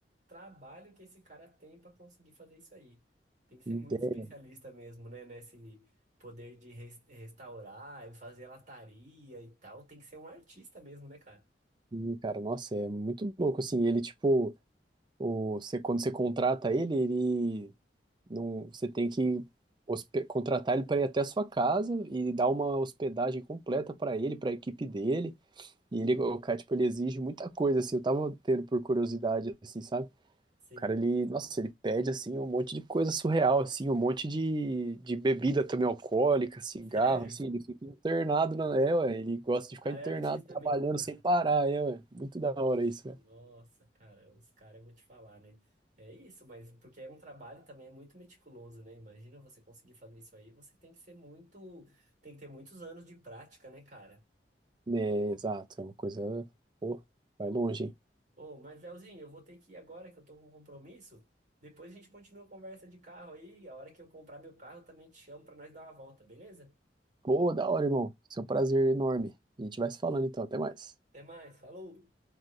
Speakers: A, on the right; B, on the right.
A: trabalho que esse cara tem para conseguir fazer isso aí. Tem que ser
B: Ideia,
A: muito especialista mesmo, né? Nesse poder de res- restaurar e fazer lataria e tal. Tem que ser um artista mesmo, né, cara?
B: assim, cara, nossa, é muito louco, assim. Ele, tipo, o, você, quando você contrata ele, ele não, você tem que hospe- contratar ele para ir até a sua casa e dar uma hospedagem completa para ele, para a equipe dele. E ele, o cara, tipo, ele exige muita coisa, assim. Eu tava tendo por curiosidade, assim, sabe?
A: Sim.
B: O cara, ele, nossa, ele pede, assim, um monte de coisa surreal, assim, um monte de, de bebida também alcoólica, cigarro,
A: Sério?
B: assim, ele fica internado, na, é, ué, ele gosta de ficar
A: O cara
B: internado,
A: é artista
B: trabalhando
A: mesmo, cara.
B: sem parar, é, ué, muito da hora isso, velho.
A: Nossa, cara, os caras, eu vou te falar, né? É isso, mas porque é um trabalho também é muito meticuloso, né? Imagina você conseguir fazer isso aí, você tem que ser muito, tem que ter muitos anos de prática, né, cara?
B: É, exato, é uma coisa, pô, vai longe, hein.
A: Ô, mas Leozinho, eu vou ter que ir agora que eu tô com um compromisso. Depois a gente continua a conversa de carro aí. E A hora que eu comprar meu carro, eu também te chamo pra nós dar uma volta, beleza?
B: Pô, da hora, irmão, isso é um prazer enorme. A gente vai se falando, então, até mais.
A: Até mais, falou!